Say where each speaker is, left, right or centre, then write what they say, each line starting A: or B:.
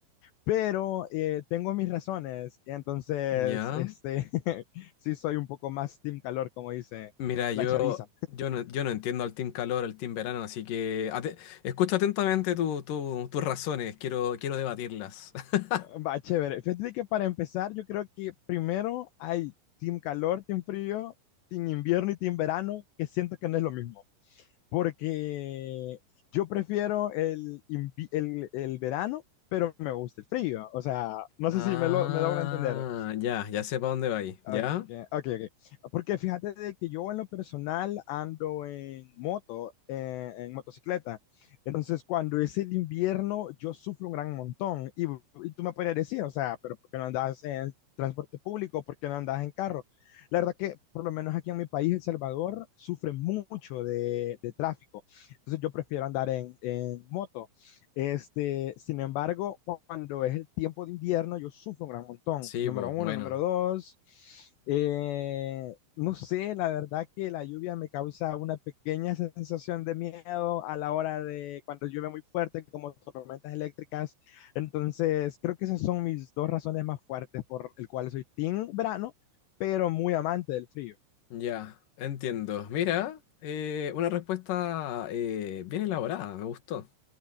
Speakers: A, on the left (about 75°); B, on the left (about 55°).
A: pero eh, tengo mis razones, entonces,
B: Ya.
A: este, <laughs> sí soy un poco más team calor, como dice
B: Mira, yo,
A: la chaviza.
B: yo no, yo no entiendo al team calor, al team verano, así que ate- escucha atentamente tu- tu- tus razones, quiero, quiero debatirlas. <laughs>
A: Eh, Va, chévere. Fíjate que para empezar, yo creo que primero hay team calor, team frío, team invierno y team verano, que siento que no es lo mismo, porque yo prefiero el, invi- el, el verano, pero me gusta el frío, o sea, no
B: Ah,
A: sé si me, lo, me logro entender.
B: ya, ya sé para dónde va ahí. ¿Ya?
A: Ok, ok, ok. Porque fíjate de que yo en lo personal ando en moto, eh, en motocicleta. Entonces, cuando es el invierno, yo sufro un gran montón. Y, y tú me podrías decir, o sea, pero ¿por qué no andas en transporte público? ¿Por qué no andas en carro? La verdad que, por lo menos aquí en mi país, El Salvador, sufre mucho de, de tráfico. Entonces, yo prefiero andar en, en moto. Este, sin embargo, cuando es el tiempo de invierno, yo sufro un gran montón.
B: Sí,
A: Número
B: pues,
A: uno,
B: bueno.
A: número dos, eh, no sé, la verdad que la lluvia me causa una pequeña sensación de miedo a la hora de cuando llueve muy fuerte, como tormentas eléctricas. Entonces, creo que esas son mis dos razones más fuertes por el cual soy team verano, pero muy amante del frío.
B: Ya, entiendo. Mira, eh, una respuesta eh, bien elaborada, me gustó.